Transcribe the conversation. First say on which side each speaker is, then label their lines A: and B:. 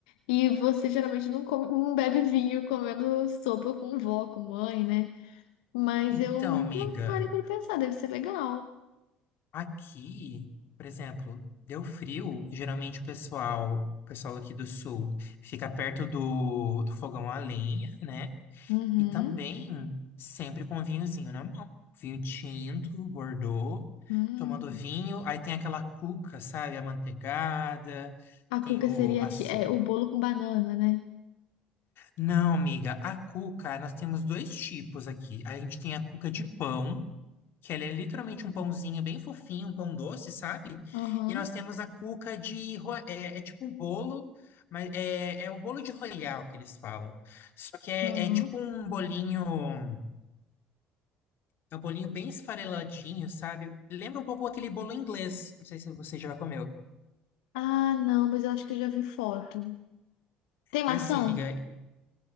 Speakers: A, on the left; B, on the left.
A: E você geralmente não come- não bebe vinho comendo sopa com vó, com mãe, né? Mas
B: Então,
A: eu nunca
B: amiga,
A: parei para pensar, deve ser legal.
B: aqui, por exemplo, deu frio, geralmente o pessoal, o pessoal aqui do sul fica perto do, do fogão a lenha, né?
A: Uhum.
B: E também sempre com vinhozinho na mão. Vinho tinto, Bordeaux,
A: Hum.
B: tomando vinho, aí tem aquela cuca, sabe? Amanteigada
A: A
B: tem
A: cuca
B: o,
A: seria
B: a,
A: aqui,
B: so-
A: é o bolo com banana, né?
B: Não, amiga, a cuca, nós temos dois tipos aqui. A gente tem a cuca de pão, que ela é literalmente um pãozinho bem fofinho, um pão doce, sabe?
A: Aham,
B: E nós temos a cuca de... ro- É, é tipo um bolo, mas é, é o bolo de royal que eles falam. Só que é,
A: aham.
B: é tipo um bolinho... É um bolinho bem esfareladinho, sabe? Lembra um pouco aquele bolo inglês. Não sei se você já comeu.
A: Ah, não, mas eu acho que eu já vi foto. Tem maçã?
B: E assim, amiga,